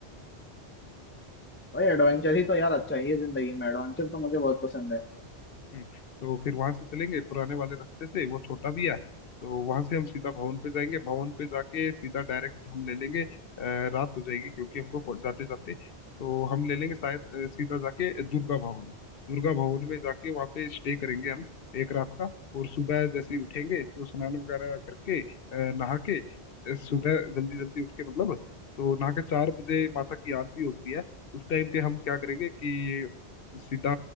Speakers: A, on the left; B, on the left.
A: भाई एडवेंचर ही तो यार अच्छा ही है जिंदगी में एडवेंचर तो मुझे बहुत पसंद है
B: हम्म, तो फिर वहां से चलेंगे पुराने वाले रास्ते से वो छोटा भी है तो वहां से हम सीधा भवन पे जाएंगे भवन पे जाके सीधा डायरेक्ट हम ले लेंगे अ, रात हो जाएगी क्योंकि हमको जाते जाते तो हम ले लेंगे शायद अ, सीधा जाके दुर्गा भवन दुर्गा भवन में जाके वहाँ पे स्टे करेंगे हम एक रात का और सुबह जैसे ही उठेंगे तो स्नान वगैरह करके अ, नहा के अ, सुबह जल्दी जल्दी उठ के मतलब तो नहा के चार बजे माता की आरती होती है उस टाइम पे हम क्या करेंगे कि सीधा